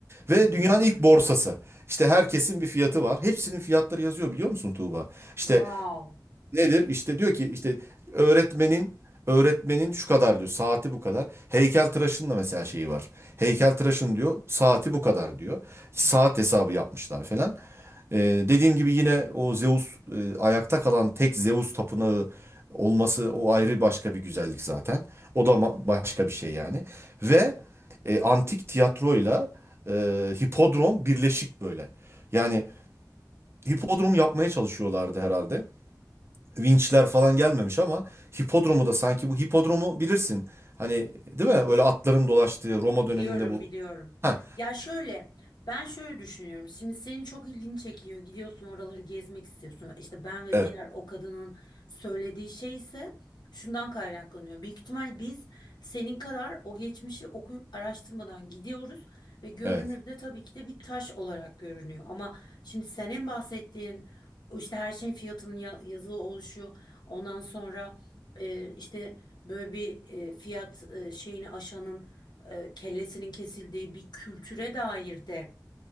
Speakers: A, on the right; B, on the left.
A: Ve
B: Hı hı.
A: dünyanın ilk borsası. İşte
B: Hı
A: herkesin
B: hı.
A: bir fiyatı var. Hepsinin fiyatları yazıyor biliyor musun Tuğba? İşte
B: Wow.
A: Nedir? İşte diyor ki işte öğretmenin öğretmenin şu kadar diyor. Saati bu kadar. Heykeltıraşın da mesela şeyi var. Heykeltıraşın diyor saati bu kadar diyor. Saat
B: Hı hı,
A: hesabı yapmışlar falan. Ee, dediğim gibi yine o Zeus e, ayakta kalan tek Zeus tapınağı olması o ayrı başka bir güzellik zaten. O da ma- başka bir şey yani.
B: hı
A: Ve
B: hı.
A: e, antik tiyatroyla e, hipodrom birleşik böyle. Yani hipodrom yapmaya çalışıyorlardı herhalde vinçler falan gelmemiş ama hipodromu da sanki bu hipodromu bilirsin. Hani değil mi? Öyle atların dolaştığı Roma
B: Biliyorum,
A: döneminde bu.
B: biliyorum.
A: Ha
B: Ya şöyle, ben şöyle düşünüyorum. Şimdi senin çok ilgini çekiyor. Gidiyorsun oraları gezmek istiyorsun. İşte ben ve
A: evet.
B: diğer o kadının söylediği şey ise şundan kaynaklanıyor. Büyük ihtimal biz senin kadar o geçmişi okuyup araştırmadan gidiyoruz ve görünürde
A: Evet.
B: tabii ki de bir taş olarak görünüyor. Ama şimdi senin bahsettiğin o işte her şeyin fiyatının ya- yazılı oluşu, ondan sonra e, işte böyle bir e, fiyat e, şeyini aşanın e, kellesinin kesildiği bir kültüre dair de